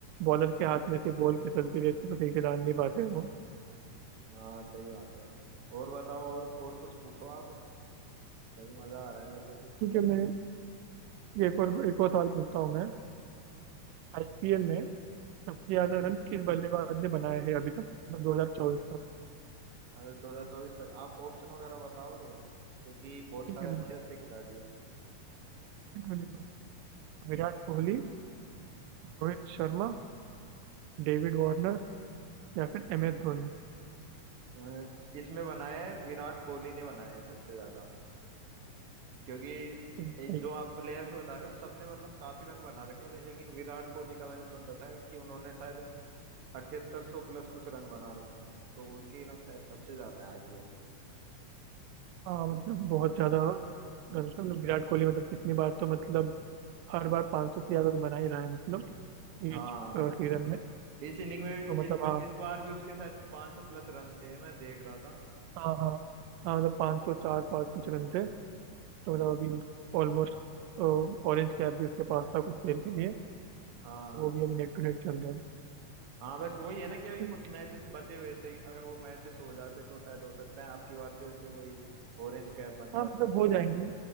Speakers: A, on the right; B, on the right.
A: बॉलर के हाथ में से बॉल फिसलती रहती है तो सही से डाल नहीं पाते वो
B: हाँ सही बात है और बताओ और और कुछ पूछो आप सही मजा आ रहा है मेरे को तो इसमें
A: ठीक है मैं ये एक और एक और सवाल पूछता हूँ मैं आईपीएल में सबसे ज्यादा
B: हम्म,
A: रन किस बल्लेबाज ने बनाया है अभी तक मतलब 2024 तक
B: अच्छा दो हजार चौबीस तक आप ऑप्शन वगैरह बताओगे क्योंकि बहुत
A: ठीक
B: सारे
A: है
B: अच्छे
A: बिल्कुल
B: अच्छे खिलाड़ी हैं
A: बिल्कुल बिल्कुल विराट कोहली रोहित शर्मा डेविड वार्नर या फिर एम एस धोनी
B: अ, इसमें बनाया है विराट कोहली ने बनाया है सबसे ज्यादा क्योंकि
A: तो
B: ये
A: कहीं-
B: जो आप प्लेयर्स बता रहे हो सबने मतलब काफी रन बना रखे हैं ले, लेकिन विराट कोहली का मैंने सुन रखा है कि उन्होंने शायद अठहत्तर सौ प्लस कुछ रन बना रखे हैं तो उनके रन शायद सबसे ज्यादा है आईपीएल में
A: हाँ मतलब बहुत ज्यादा रन से, मतलब विराट कोहली मतलब कितनी बार तो मतलब हर बार 500 से ज्यादा तो बना ही रहा है मतलब ये
B: हाँ
A: सीजन में
B: इस इनिंग में भी
A: तो मतलब
B: इसमें
A: हाँ
B: इस बार भी उसके शायद 500 प्लस रन थे मैं देख रहा था
A: हाँ हाँ हाँ मतलब पाँच सौ चार पाँच कुछ रन थे तो मतलब अभी ऑलमोस्ट ऑरेंज कैप भी उसके पास था कुछ देर के लिए
B: हाँ
A: वो भी अभी नेक टू नेक चल रहा है
B: हाँ बस वही है ना कि अभी
A: ठीक।
B: कुछ मैचेस बचे हुए थे अगर वो मैचेस हो जाते तो शायद हो सकता है आपकी बार फिर से वही ऑरेंज कैप बन जाते
A: हाँ मतलब हो जाएंगे